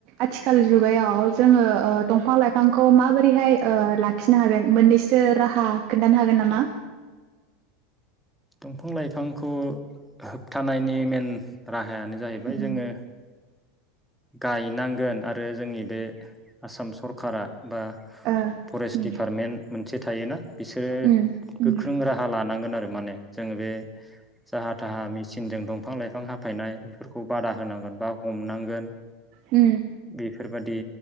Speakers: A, on the right; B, in the centre.
A: आथिखाल जुगायाव जोङो ओ दंफां लाइफांखौ माबायदि रैहाय ओ लाखिनो हागोन मोननैसो राहा खोन्थानो हागोन नामा
B: दंफां लाइफांखौ होबथानायनि मेन राहायानो जाहैबाय
A: ओ
B: जोङो गायनांगोन आरो जोंनि बे आसाम सर खारा बा
A: ओ
B: फरेस्ट
A: उम
B: दिडिपार्टमेन्ट मोनसे थायोना बिसोरो
A: उम उम
B: गोख्रों राहा लानांगोन आरो फोर माने जोङो बे जाहा थाहा मेचनजों दंफां लाइफां हाफायनाय खौ बादा होनांगोन बा हमनांगोन । गोन
A: उम
B: बेफोरबायादि